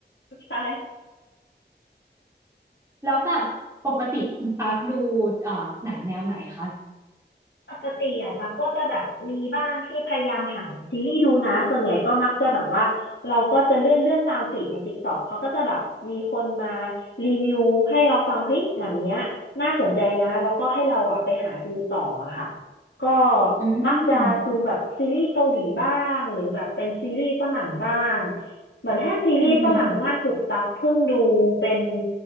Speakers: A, on the left; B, on the right.
A: ใช่
B: แล้วแบบปกติคุณตั๊กดูเอ่อหนังแนวไหนคะ
A: ปกติอ่ะตั๊กก็จะแบบมีบ้างที่พยายามหาซีรีส์ดูนะส่วนใหญ่ก็มักจะแบบว่าเราก็จะเลื่อนเลื่อนตามฟีดใน TikTok เขาก็จะแบบมีคนมารีวิวให้เราฟังเฮ้ยหนังเนี้ยน่าสนใจนะแล้วก็ให้เราอ่ะไปหาดูต่ออะค่ะก็
B: อื
A: มักจะดูแบบซีรีส์เกาหลีบ้างหรือแบบเป็นซีรีส์ฝรั่งบ้าง
B: ม
A: เหมือนถ้าซีรีส์ฝรั่งล่าสุดตั๊กเพิ่งดูเป็น
B: อือหือ